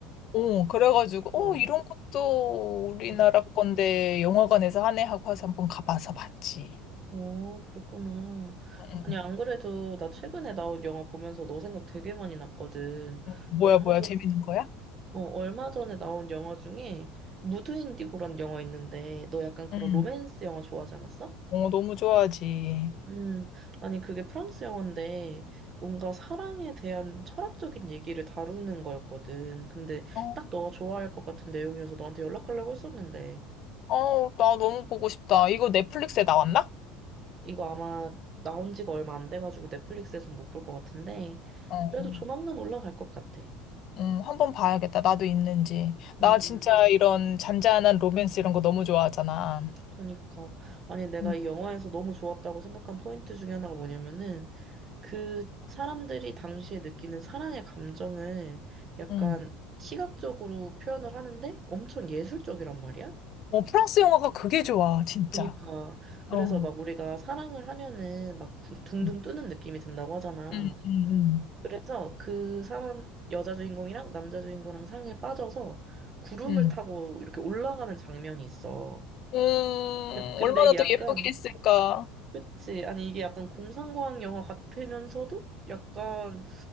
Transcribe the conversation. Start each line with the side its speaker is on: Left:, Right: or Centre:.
Left: 어, 그래가지고,
Right: 와.
Left: 어, 이런 것도 우리나라
Right: 응.
Left: 건데 영화관에서 하네 하고 해서 한번 가봐서 봤지.
Right: 어, 그랬구나.
Left: 응,
Right: 아니, 안 그래도 나 최근에 나온 영화 보면서 너 생각 되게 많이 났거든.
Left: 응. 어, 뭐야,
Right: 얼마
Left: 뭐야,
Right: 전,
Left: 재밌는 거야?
Right: 어, 얼마 전에 나온 영화 중에 무드 인디고라는 영화 있는데 너 약간 그런
Left: 응.
Right: 로맨스 영화 좋아하지 않았어?
Left: 어, 너무 좋아하지.
Right: 음, 아니, 그게 프랑스 영화인데 뭔가 사랑에 대한 철학적인 얘기를 다루는 거였거든. 근데
Left: 어,
Right: 딱 너가 좋아할 것 같은 내용이어서 너한테 연락하려고 했었는데.
Left: 어, 나 너무 보고 싶다. 이거 넷플릭스에 나왔나?
Right: 이거 아마 나온 지가 얼마 안 돼가지고 넷플릭스에선 못 볼 것 같은데,
Left: 어,
Right: 그래도 조만간 올라갈 것 같아.
Left: 응, 한번 봐야겠다. 나도 있는지. 나
Right: 응,
Left: 진짜
Right: 응.
Left: 이런 잔잔한 로맨스 이런 거 너무 좋아하잖아.
Right: 그러니까. 아니, 내가
Left: 응,
Right: 이 영화에서 너무 좋았다고 생각한 포인트 중에 하나가 뭐냐면은, 그 사람들이 당시에 느끼는 사랑의 감정을 약간
Left: 응.
Right: 시각적으로 표현을 하는데 엄청 예술적이란 말이야?
Left: 어, 프랑스 영화가 그게 좋아, 진짜.
Right: 그니까. 그래서
Left: 어,
Right: 막 우리가 사랑을 하면은 막 구- 둥둥
Left: 응,
Right: 뜨는 느낌이 든다고 하잖아.
Left: 응, 응.
Right: 그래서 그 사람, 여자 주인공이랑 남자 주인공이랑 상에 빠져서 구름을
Left: 응.
Right: 타고 이렇게 올라가는 장면이 있어.
Left: 음,
Right: 근데
Left: 얼마나
Right: 이게
Left: 더
Right: 약간,
Left: 예쁘게 했을까.
Right: 그치, 아니 이게 약간 공상과학 영화 같으면서도 약간